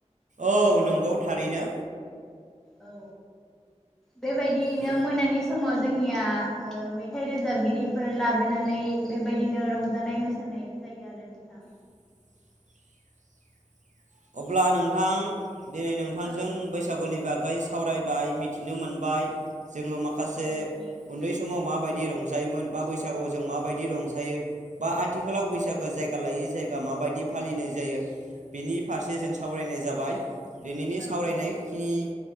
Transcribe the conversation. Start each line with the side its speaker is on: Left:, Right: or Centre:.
Right: औ नंगौ थारैनो।
Centre: औ बेबायदियैनो
Right: नों
Centre: मोनानि समाव जोंनिया मेथाइ रोजाबगिरिफोर लाबोनानै बेबायदिनो रंजानाय मोसानाय जायो आरो नोंथां।
Right: <inaudible> अब्ला नोंथां दिनै नोंथांजों
Centre: औ
Right: बैसागुनि बागै सावरायबाय मिथिनो मोनबाय जोङो माखासे
Centre: औ नोंथां
Right: उन्दै समाव माबायदि। रंजायोमोन बा बैसागु जों माबायदि रंजायो बा आथिखालाव बैसागो जायगा लायै जायगा मा माबायदि फालिनाय जायो बिनि फारसे जों सावरायनाय जाबाय दिनैनि
Centre: औ
Right: सावरायनायखिनि